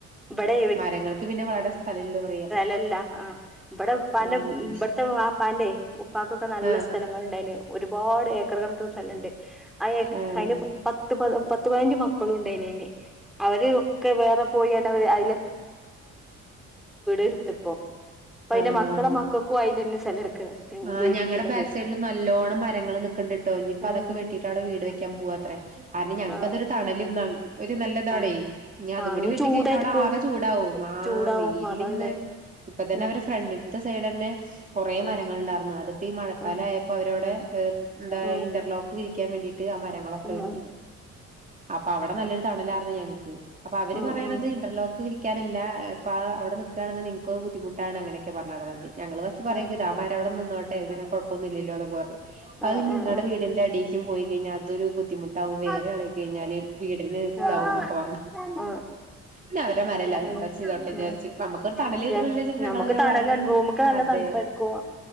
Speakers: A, in the centre; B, on the right.
A: ഇവിടെ
B: മരങ്ങൾക്ക് പിന്നെ വളരെ സ്ഥലല്ല പറയാ-
A: ല്ല അഹ് ഇവുടെ ഉപ്പന്റെ
B: ആഹ്
A: ഇവിടത്തെ ആ വാപ്പാന്റെ ഉപ്പക്ക്- ഒക്കെ നല്ല
B: ആഹ്
A: സ്ഥലങ്ങള ഉണ്ടായിന് ഒരുപാട് ഏക്കർ കണക്ക് സ്ഥലുണ്ട് അ
B: ഏഹ്
A: അയിന് പത്ത് പ പത്ത്പൈനഞ്ച് മക്കളു എയ്ന് അവര് ഒക്കെ വേറെ പോയാണ്ടവര് അത് എടുത്തിപ്പോ അപ്പൊ അതിന്റെ
B: ആഹ
A: മക്കളെ മക്കൾക്കും അതിൽ തന്നെ സ്ഥലം എടുക്കണ്
B: ആ
A: വീട്
B: ഞങ്ങളുടെ
A: എടുക്കണത്
B: ബാക്ക് സൈഡില് നല്ലോണ്ണം മരങ്ങള്ൾ നക്കണ്ടിട്ടോ ഇനിപ്പോ
A: ആ
B: അതൊക്കെ വെട്ടിട്ട് അവിടെ വീട് വെക്കാൻ പോവാത്രേ കാരണം ഞങ്ങക്ക്
A: ആ
B: അതൊരു തണലും ഒരു നല്ലതാണീ
A: ആ
B: ഞാ അതും
A: ആ
B: കൂടി
A: ഇനി
B: വെട്ടിക്കഴിഞ്ഞ
A: ചൂടായിരിക്കും
B: അവിടെ ആകെ ചൂടാ ഉമാ
A: ചൂടാവും
B: വെയില
A: അതാ
B: ഇങ്ങനെ
A: ഉള്ളേ
B: ഇപ്പൊ തന്നെ
A: ഉം
B: അവര് ഫ്രണ്ട് സൈഡ് തന്നെ കുറെ
A: ഉം
B: മരങ്ങൾ ഉണ്ടായിരുന്നു അതിപ്പോ ഈ മഴക്കാലയപ്പോ
A: ആ
B: അവരോടെ എഏ എന്താ
A: ഉം
B: ഇന്റർലോക്ക് വിരിക്കാൻ വേണ്ടിട്ട് ആ മരങ്ങളൊക്കെ
A: ഉം
B: വെട്ടി
A: ഉം
B: അപ്പൊ അവിടെ നല്ലൊരു തണലായിുന്ന ഞങ്ങക്ക് അപ്പൊ അവര്
A: ഉം
B: പറയണത്
A: ഉം
B: ഇന്റർലോക്ക് നിിക്കക്കറില്ല അപ്പൊ അവിടെ നിക്കുകയാണെങ്കിൽ നിങ്ങൾക്ക്ത് ബുദ്ധിമുട്ടാണ് അങ്ങനെയൊക്കെ പറഞ് തന്നത് ഞങ്ങള്ൾഭാസ്റ്റ് പറയക്ക
A: ആ
B: ഇത ആമാരവി നിന്നോ ഏനെ കുഴപ്പൊന്ന ഇില്ലല്ലോ പറഞ്ഞ അപ്പ
A: ആഹ്
B: അത് നിങ്ങളടെ
A: ആഹ് ആഹ്
B: വീടിന്റെ അടി കും പോയിഴിഞ്ഞൽ അതൊരു ബുദ്ധിമുട്ട് വും വേള
A: ആഹ്
B: കഴിഞ്ഞാല് വീടിന് ഇതാവൊക്കെ
A: ആഹ് ആഹ്
B: പറഞ്ഞു പി അവരെ അവരെന്താ
A: ഉ
B: ചെയ്തോട്ടെ വിചാരിച്ച് നമുക്കൊരു തണല് കിട്ടണല്ലോ വിചാരിച്ച്
A: നമുക്ക്
B: ഞങ്ങളിങ്ങനെ
A: തണല്ല
B: പറഞ്ഞു
A: റൂമ ഒക്കെ നല്ല
B: അതെ
A: തണുപ്പായിരിക്കും